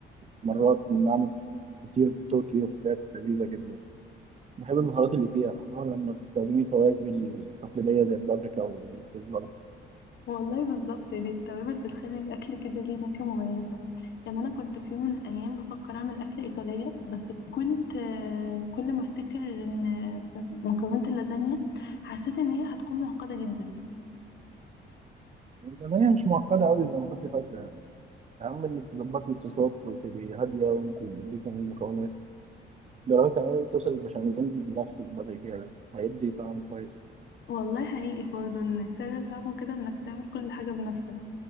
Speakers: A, on the right; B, on the left.
A: مرات إن أعمل فطير تركي وفطيرات لذيذة جدا بحب المهارات اللي فيها خصوصا لما بتستخدمي توابل تقليدية زي البابريكا والكزبرة
B: والله بالظبط يعني التوابل بتخلي الأكل كده ليه نكهة مميزة يعني أنا كنت في يوم من الأيام بفكر أعمل أكلة إيطالية بس كنت آه، كل ما أفتكر إن في مكرونة اللازانيا حسيت إن هي هتكون معقدة جدا
A: لأن هي مش معقدة أوي زي ما كنت فاكرة يعني أهم إنك تظبطي الصوصات وتبقي هادية وأنت بتضيفي المكونات جربي تعملي صوص البشاميل بنفسك بدل الجاهز هيدي طعم كويس
B: والله حقيقي برضه إن سر طعمه كده إنك تعمل كل حاجة بنفسك